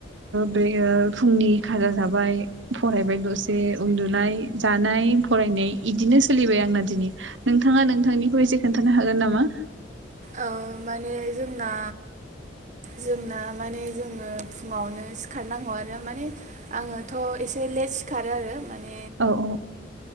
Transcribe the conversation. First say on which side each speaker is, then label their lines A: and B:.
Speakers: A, on the right; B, on the right.
A: बे फुंनि खाजा जाबाय फरायबाय दसे उन्दुनाय जानाय फरायनाय इदिनो सोलिबाय आंना दिनै नोंथाङा नोंथांनिखौ एसे खोन्थानो हागोन नामा
B: औ माने जोंना जोंना माने जोङो फुङावनो सिखारनांगौ आरो माने आङोथ' एसे लेस खारो आरो माने
A: औ-औ।